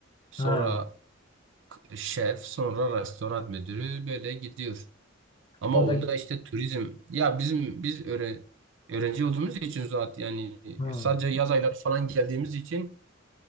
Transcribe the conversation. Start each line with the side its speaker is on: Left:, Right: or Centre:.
Right: Sonra
Left: Ha.
Right: şef, sonra restoran müdürü böyle gidiyor. Ama
Left: Orada
Right: onda işte turizm ya bizim biz öğre- öğrenci olduğumuz için zaten yani
Left: hı,
Right: sadece yaz ayları falan geldiğimiz için